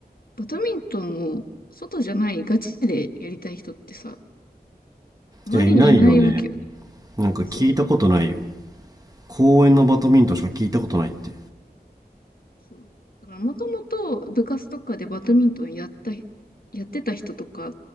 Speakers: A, on the left; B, on the right.
A: バドミントンを外じゃないガチでやりたい人ってさ、周りにいないわけよ。
B: いや、いないよね。なんか聞いたことないよ。
A: そう。
B: 公園のバドミントンしか聞いたことないって。
A: うん。そう。だからもともと部活とかでバドミントンやった、やってた人とか